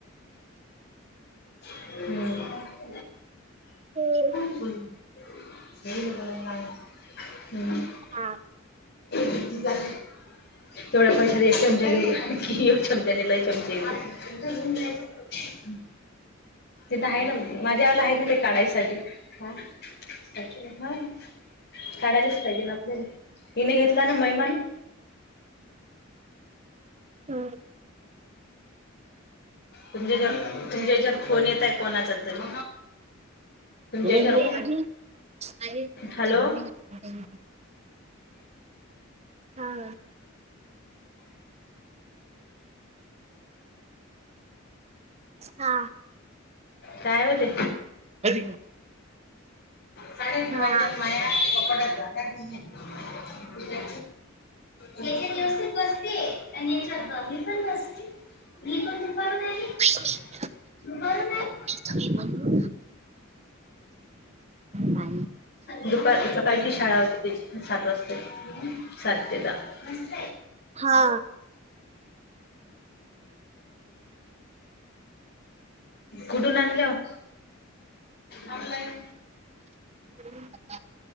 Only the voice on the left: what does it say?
हम
हम ब हम्
तेवडा पैसा एक चमचा की एक चमचा आणि लय चमचा येत त तिथं आहे ना माझ्यावाला आहे ना ते काढायसाठी हा हा काढायलाच पाहिजे ना आपल्या हिने घेतला ना महिमान
तुमच्या हेच तुमच्या हेच्यावर फोन येत आहे कोणाचा तरी तुमच्या
याच्यावर
हॅलो
काय होते
साड्या ठेवायच्या
मा कपटात जागा नाहीये हेथ व्यवस्थित बसते आणि याच्या ममी पण बसते मी पणप नाही
<inaudible>
दुपारी सकाळी ची शाळा होती त्याची सात वाजताची सात ते दहा अस
कुठून आणलं ओ आँनलाईन